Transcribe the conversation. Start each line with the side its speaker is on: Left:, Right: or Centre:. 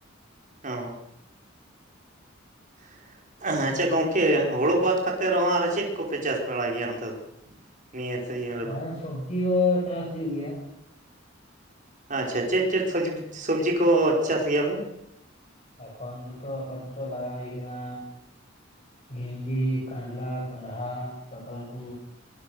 Right: ᱚᱸ <inaudible> ᱟᱪᱪᱷᱟ ᱜᱚᱢᱠᱮ ᱦᱳᱲᱳ ᱵᱟᱫ ᱠᱟᱛᱮᱫ ᱨᱮ ᱦᱚᱸ ᱟᱨ ᱪᱮᱫ ᱠᱚ ᱯᱮ ᱪᱟᱥ ᱵᱟᱲᱟᱭ ᱜᱮᱭᱟ ᱚᱱᱛᱮ ᱫᱚ? ᱱᱤᱭᱟᱹ ᱥᱤᱡᱤᱱ ᱨᱮ
Left: ᱦᱮᱸ
Right: ᱫᱚ?
Left: ᱥᱚᱵᱽᱡᱤ ᱦᱚᱸ ᱪᱟᱥ ᱦᱩᱭᱩᱜ ᱜᱮᱭᱟ᱾
Right: ᱟᱪᱪᱷᱟ ᱪᱮᱫ ᱪᱮᱫ ᱥᱚᱵᱽᱡᱤ ᱠᱚ ᱪᱟᱥ ᱜᱮᱭᱟ ᱯᱮ?
Left: ᱮᱠᱷᱚᱱ ᱫᱚᱛᱚ ᱟᱯᱟᱛᱚᱛᱚ ᱞᱟᱜᱟᱣ ᱦᱩᱭ ᱠᱟᱱᱟ᱾ ᱵᱷᱤᱱᱰᱤ, ᱠᱟᱨᱞᱟ, ᱠᱚᱸᱰᱦᱟ, ᱯᱚᱴᱚᱞ ᱠᱚ